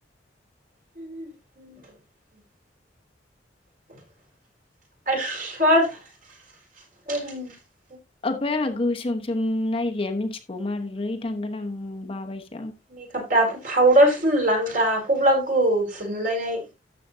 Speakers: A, on the right (about 45°); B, on the left (about 30°).
A: <inaudible> सर <unintelligible>
B: ओमफ्राय आंहा गोसोम सोम नायजाया मिथिगौ माबोरै थांगोन आं बाबायसै
A: मेकाप दाफ फाउदार फुनलां दाफबलां गुफुर नुलायनाय